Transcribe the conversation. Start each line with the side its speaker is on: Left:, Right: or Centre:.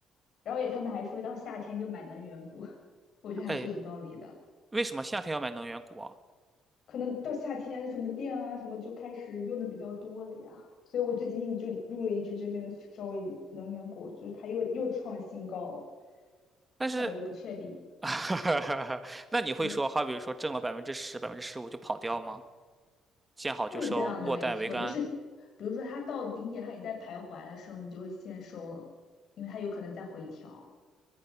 Left: 然后也他们还说到夏天就买能源股，<laughs> 我觉得还是有道理的。
Right: 哎，为什么夏天要买能源股啊？
Left: 可能到夏天什么电啊什么就开始用的比较多了呀，所以我最近就入了一只这边的稍微能源股，就是它又又创新高了，
Right: 但是，
Left: 但我又不确定。
Right: <laughs> 那你会说，
Left: 对，
Right: 好比说挣了百分之十、百分之十五就跑掉吗？见好就收，
Left: 会这样的，
Right: 落袋为安。
Left: 没错，就是比如说它到顶点，它也在徘徊的时候，你就会先收了，因为它有可能在回调。